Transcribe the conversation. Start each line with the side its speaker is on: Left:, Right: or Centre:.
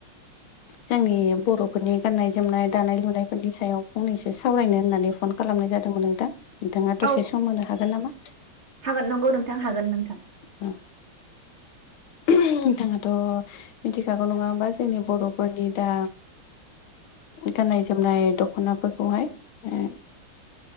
Left: जोंनि बर'फोरनि गाननाय जोमनाय दानाय लुनायफोरनि सायाव फंनैसो सावरायनो होननानै फन खालामनाय जादोंमोन नोंथां नोंथाङा दसे
Right: औ
Left: सम होनो हागोन नामा
Right: हागोन नंगौ नोंथां हागोन नोंथां
Left: औ नोंथाङाथ मिथिखागौ नङा होमबा जोंनि बर'फोरनि दा गाननाय जोमनाय दखनाफोरखौहाय ओ